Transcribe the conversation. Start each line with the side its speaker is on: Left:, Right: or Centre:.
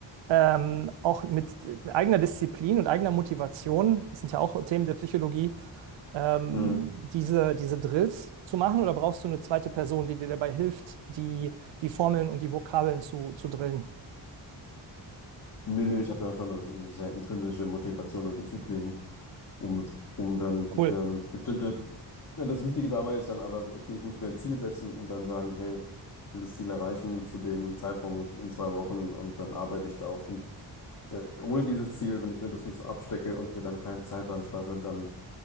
Right: ähm, auch mit eigener Disziplin und eigener Motivation, das sind ja auch Themen der Psychologie, ähm,
Left: hm.
Right: diese, diese Drills zu machen oder brauchst du eine zweite Person, die dir dabei hilft, die, die Formeln und die Vokabeln zu, zu drillen?
Left: Nee, nee, ich habe da schon eine sehr intrinsische Motivation und Disziplin, um, um dann
Right: Cool.
Left: ähm, bestimmte, ja, das Wichtige dabei ist dann aber, okay, ich muss mir ein Ziel setzen und dann sagen, hey, ich will das Ziel erreichen zu dem Zeitpunkt in zwei Wochen und dann arbeite ich darauf hin. Äh, ohne dieses Ziel, wenn ich mir das nicht so abstecke und mir dann keinen Zeitplan schaffe, dann